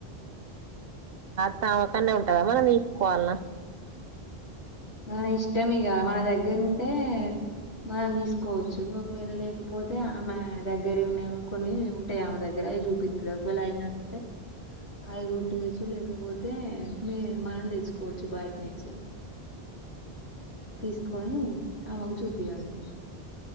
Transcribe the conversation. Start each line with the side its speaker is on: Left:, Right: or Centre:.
Right: త అమకనేే ఉంటందా మనం తీసుకోవాలన్నా
Left: మన ఇష్టం ఇక మన దగ్గర ఉంటే మనం తీసుకోవచ్చు ఒకవేళ లేకపోతే ఆమె దగ్గర ఉన్న కొన్ని ఉంటాయి ఆమె దగ్గర అవి చూపిస్తుది ఒకవేళ అవి నచ్చితే అవి కుట్టటియచ్చు లేకపోతే మీ మనం తెచ్చుకోవచ్చు బయట నుంచి తీసుకొని అమ్మకు చూపిించాలి